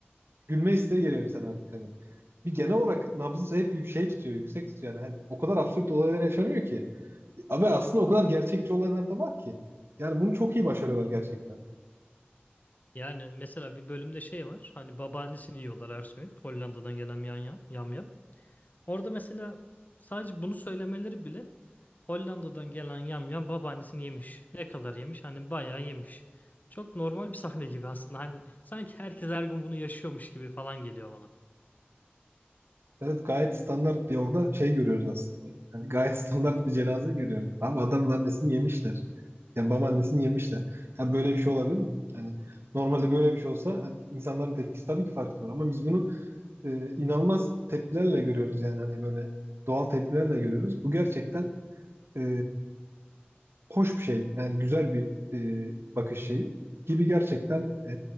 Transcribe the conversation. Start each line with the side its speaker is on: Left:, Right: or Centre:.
Right: gülme isteği geliyor insana artık hani. Bir genel olarak nabzı hep yük- şey tutuyor, yüksek tutuyor. Yani hani o kadar absürt olaylar yaşanıyor ki. Ve aslında o kadar gerçekçi olaylar da var ki. Yani bunu çok iyi başarıyorlar gerçekten.
Left: Yani mesela bir bölümde şey var. Hani babaannesini yiyorlar Ersoy'un. Hollanda'dan gelen yam yam yam yam. Orada mesela sadece bunu söylemeleri bile Hollanda'dan gelen yamyam babaannesini yemiş. Ne kadar yemiş? Hani bayağı yemiş. Çok normal bir sahne gibi aslında. Hani sanki herkes her gün bunu yaşıyormuş gibi falan geliyor bana.
Right: Evet gayet standart bir orada şey görüyoruz aslında. Yani gayet <laughs> standart bir cenaze görüyoruz. Ama adamın annesini yemişler. Yani babaannesini yemişler. Ya böyle bir şey olabilir mi? Yani normalde böyle bir şey olsa hani insanların tepkisi tabii ki farklı olur. Ama biz bunu e, inanılmaz tepkilerle görüyoruz yani hani böyle doğal tepkilerle görüyoruz. Bu gerçekten e, hoş bir şey. Yani güzel bir e, bakış şeyi gibi gerçekten e,